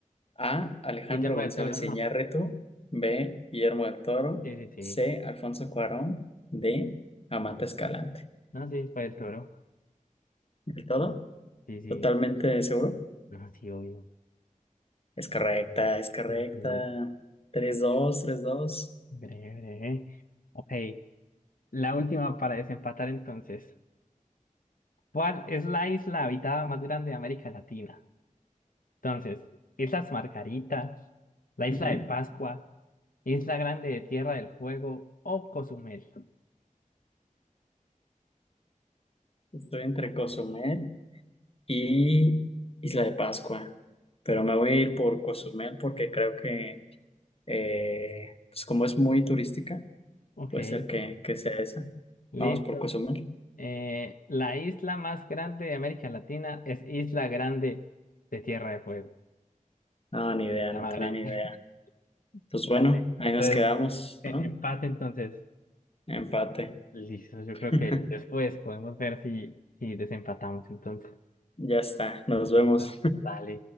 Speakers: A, on the left; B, on the left.
A: A. Alejandro
B: Guillermo
A: González
B: del Toro, no.
A: Iñárritu. B. Guillermo del Toro.
B: Sí, sí, sí.
A: C. Alfonso Cuarón. D. Amata Escalante.
B: No, sí, fue del Toro.
A: ¿Del todo?
B: Sí, sí,
A: ¿Totalmente seguro?
B: no, sí, obvio.
A: Es correcta, es correcta.
B: Sí, sí.
A: Tres dos, tres dos.
B: Breve, breve. Ok, la última para desempatar entonces. ¿Cuál es la isla habitada más grande de América Latina? Entonces, Islas Margaritas, la Isla
A: Ujú.
B: de Pascua, Isla Grande de Tierra del Fuego o Cozumel.
A: Estoy entre Cozumel y Isla de Pascua. Pero me voy a ir por Cozumel porque creo que, eh, pues como es muy turística,
B: Ok,
A: puede ser que, que sea esa.
B: listo.
A: Vamos por Cozumel.
B: Eh, la isla más grande de América Latina es Isla Grande de Tierra del Fuego.
A: No, ni idea,
B: Se llama
A: no tenía
B: Grande.
A: ni idea.
B: <laughs>
A: Pues bueno,
B: Dale,
A: ahí
B: entonces,
A: nos quedamos,
B: e-
A: ¿no?
B: empate entonces.
A: Empate.
B: Listo, yo
A: <laughs>
B: creo que después podemos ver si, si desempatamos entonces.
A: Ya está, nos vemos.
B: Listo. Dale.